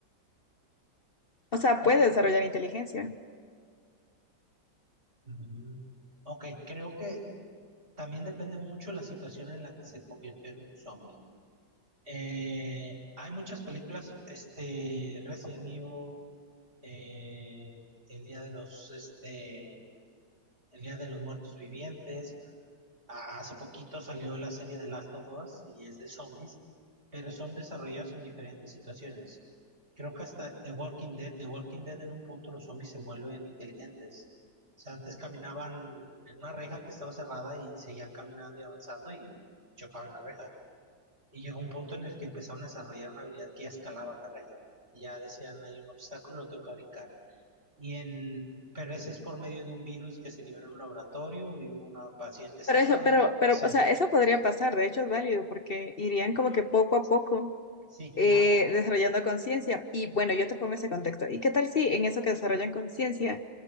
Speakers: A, on the left; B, on the right.
A: O sea,
B: O-
A: puede desarrollar inteligencia.
B: Mm, ok, creo que también depende mucho la situación en la que se convirtió en un zombie. Eh, hay muchas películas, este, Resident Evil, eh, El Día de los, este, El Día de los Muertos Vivientes, Ah, Hace poquito salió la serie de Last of Us y es de zombies, pero son desarrollados en diferentes situaciones. Creo que hasta The Walking Dead, The Walking Dead en un punto los zombies se vuelven inteligentes. O sea, antes caminaban en una reja que estaba cerrada y seguían caminando y avanzando y chocaban la reja. Y llegó un punto en el que empezaron a desarrollar una habilidad que ya escalaban la reja. Y ya decían, hay un obstáculo, lo tengo que brincar. Y en, pero ese es por medio de un virus que se liberó en un laboratorio y hubo una paciente cero
A: Pero eso,
B: y
A: pero, pero,
B: Sí,
A: o sea, eso podría pasar, de hecho es válido, porque irían como que poco a poco
B: Sí,
A: eh,
B: claro. O
A: desarrollando conciencia. Y bueno, yo te pongo ese contexto. ¿Y qué tal si en eso que desarrollan conciencia